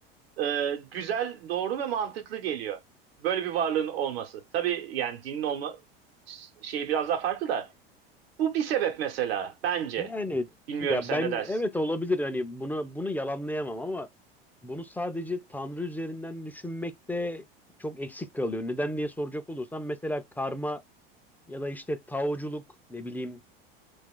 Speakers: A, on the right; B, in the centre.
A: e, güzel, doğru ve mantıklı geliyor. Böyle bir varlığın olması. Tabii yani dinin olma şeyi biraz daha farklı da bu bir sebep mesela bence.
B: Yani
A: Bilmiyorum
B: ya
A: sen
B: ben
A: ne dersin?
B: evet olabilir hani bunu bunu yalanlayamam ama bunu sadece Tanrı üzerinden düşünmekte çok eksik kalıyor. Neden diye soracak olursam mesela karma ya da işte taoculuk ne bileyim